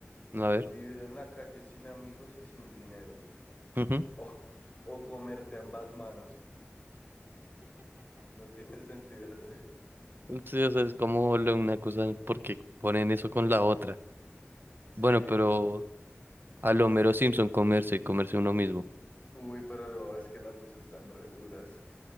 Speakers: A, on the right; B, on the left.
A: a ver.
B: Vivir en la calle sin amigos y sin dinero. <laughs>
A: Ujú.
B: O, o comerte ambas manos. No tiene <laughs> sentido, sí.
A: Sí, o sea, es como lo- una cosa porque ponen eso con la otra.
B: Sí.
A: Bueno, pero a lo mero Simpson comerse y comerse uno mismo.
B: Uy, pero no, es que las dos están re duras.